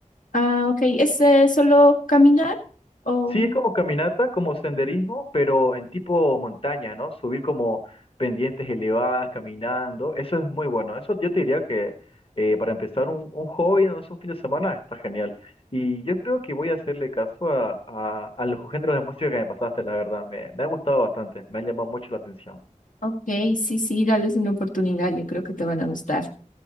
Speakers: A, on the left (about 85°); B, on the left (about 45°).
A: Ah, ok, ¿es eh, solo caminar? o
B: Sí, es como caminata, como senderismo, pero en tipo montaña, ¿no? Subir como pendientes elevadas, caminando. Eso es muy bueno. Eso yo te diría que eh, para empezar un, un hobby, no sé, un fin de semana, está genial. Y yo creo que voy a hacerle caso a, a, a los géneros de música que me pasaste, la verdad. Me, me ha gustado bastante, me han llamado mucho la atención.
A: ok, sí, sí, dales una oportunidad, yo creo que te van a gustar.